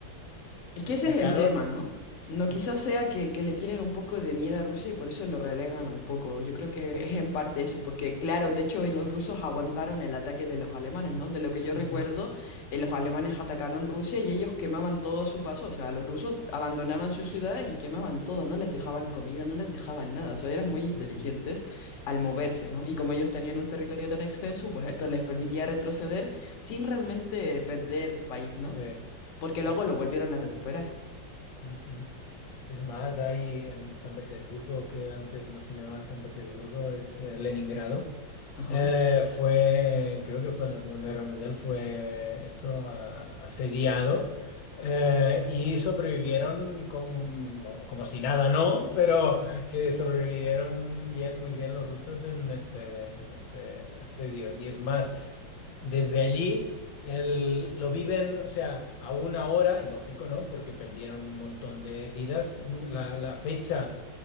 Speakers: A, on the left; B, on the left.
A: Es
B: destacaron?
A: que ese es el tema, ¿no? No quizás
B: Mm,
A: sea que, que le tienen un poco de miedo a Rusia y por eso lo relegan un poco. Yo creo que es en parte eso, porque claro, de hecho los rusos aguantaron el ataque de los alemanes, ¿no? De lo que yo
B: ujú,
A: recuerdo, eh, los alemanes atacaron Rusia y ellos quemaban todo a su paso. O sea, los rusos abandonaban sus ciudades y quemaban todo, no les dejaban comida, no les dejaban nada. O sea, eran muy
B: ujú,
A: inteligentes al moverse, ¿no? Y como ellos tenían un territorio tan extenso, pues esto les permitía retroceder sin realmente perder país, ¿no?
B: sí.
A: Porque luego
B: mm,
A: lo volvieron a recuperar.
B: ujú. Es más, hay en San Petersburgo, que antes no se llamaba San Petersburgo, es eh, Leningrado.
A: Ajá.
B: Eh, fue, creo que fue en la Segunda Guerra Mundial, fue esto a- asediado eh, y sobrevivieron como, bueno, como si nada, ¿no? Pero que sobrevivieron bien, muy bien los rusos en este, en este asedio. Y es más, desde allí el- lo viven, o sea, aún ahora, y lógico, ¿no? Porque perdieron un montón de vidas, la, la fecha